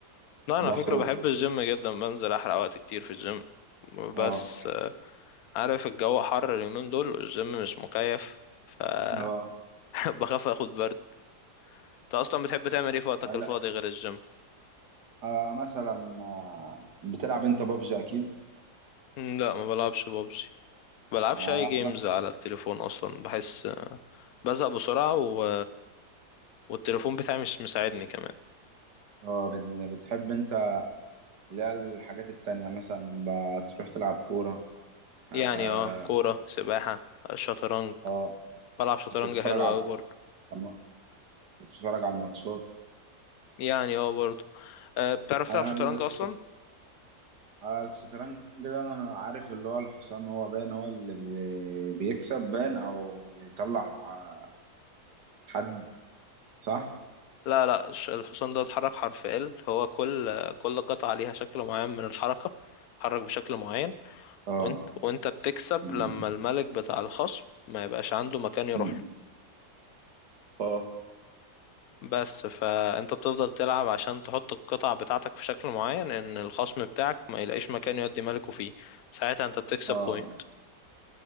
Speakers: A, on the left; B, on the right.
A: لا انا على
B: بخرج
A: فكره بحب الجيم جدا بنزل احرق وقت كتير في الجيم
B: اه
A: بس آه، عارف الجو حر اليومين دول والجيم مش مكيف فبخاف
B: اه
A: <laughs> اخد برد انت اصلا بتحب تعمل ايه في وقتك
B: آه،
A: الفاضي
B: لا
A: غير الجيم
B: آه مثلا آه بتلعب انت بابجي اكيد
A: مم، لا ما بلعبش ببجي بلعبش
B: آه
A: اي جيمز
B: مثلا
A: على التليفون اصلا بحس آه، بزهق بسرعه و... والتليفون بتاعي مش مساعدني كمان
B: اه بال- بتحب انت اللي هي الحاجات التانية مثلا بتروح تلعب كورة
A: يعني
B: آه
A: اه كورة سباحة شطرنج
B: اه
A: بلعب شطرنج
B: تتفرج
A: حلو
B: على
A: أوي برضه
B: الم- تتفرج على الماتشات
A: يعني اه برضه أه بتعرف
B: انا
A: تلعب شطرنج
B: الش-
A: أصلا؟
B: أنا الشطرنج ده انا عارف اللي هو الحصان هو باين هو اللي بي- بيكسب باين او بيطلع ع- حد صح
A: لا لا الش- الحصان ده اتحرك حرف ال هو كل كل قطعة ليها شكل معين من الحركة اتحرك بشكل معين
B: اه
A: وانت وانت بتكسب
B: أمم.
A: لما الملك بتاع الخصم ما يبقاش عنده مكان يروح
B: أمم.
A: له
B: اه
A: بس فانت بتفضل تلعب عشان تحط القطع بتاعتك في شكل معين ان الخصم بتاعك ما يلاقيش مكان يودي ملكه فيه ساعتها انت بتكسب
B: اه
A: بوينت